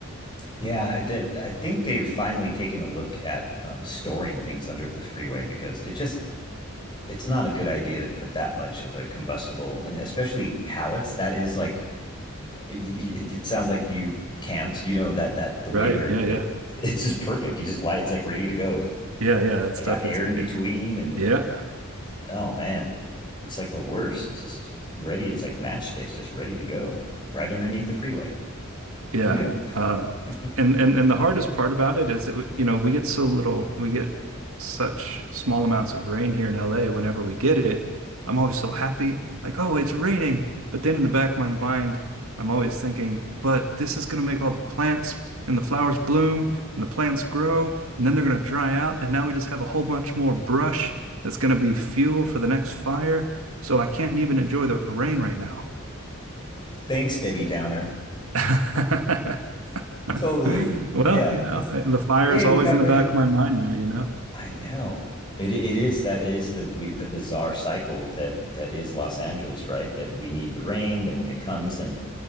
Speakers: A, on the left (about 20°); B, on the right (about 80°).
A: Yeah, I did. I think they've finally taken a look at um, storing things under the freeway because it just it's not a good idea to put that much of a combustible and especially pallets. That is like it, it sounds like you've camped. You know that that the way
B: Right.
A: they're
B: Yeah. Yeah.
A: that <laughs> it's just perfect. You just lie. It's like ready to go.
B: Yeah. Yeah. That
A: Like
B: stuff.
A: got air
B: It's it,
A: in between
B: it-
A: and
B: yeah.
A: it's oh man, it's like the worst. It's just ready. It's like matchsticks, just ready to go right underneath the freeway.
B: yeah.
A: Who knew?
B: Um,
A: <laughs>
B: and and and the hardest part about it is that you know we get so little, we get such small amounts of rain here in LA. Whenever we get it, I'm always so happy, like oh it's raining. But then in the back of my mind, I'm always thinking, but this is going to make all the plants and the flowers bloom and the plants grow and then they're going to dry out and now we just have a whole bunch more brush that's going to be fuel for the next fire. So I can't even enjoy the rain right now.
A: Thanks, Debbie Downer.
B: <laughs>
A: Totally.
B: <laughs> Well,
A: Yeah.
B: you know,
A: Let's,
B: I- the fire
A: yay,
B: is always
A: we got
B: in
A: rain.
B: the back of my mind now, you know.
A: I know. It it is that is the we, the bizarre cycle that that is Los Angeles, right? That we need the rain, then when it comes, then